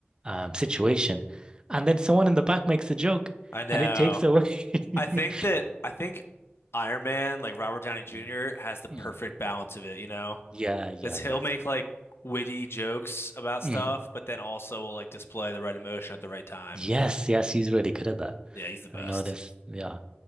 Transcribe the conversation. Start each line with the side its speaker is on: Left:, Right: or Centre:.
Right: um, situation, and then someone in the back makes a joke,
Left: I know.
Right: and it takes away. <laughs>
Left: I think that I think Iron Man, like Robert Downey Jr.,
Right: Mm.
Left: has the perfect
Right: Mm.
Left: balance of it, you know?
Right: Yeah, yeah,
Left: It's
Right: yeah.
Left: he'll make like witty jokes about
Right: Mm.
Left: stuff, but then also will like display the right emotion at the right time.
Right: Yes, yes, he's really good at that.
Left: Yeah, he's the best.
Right: I've noticed. Yeah.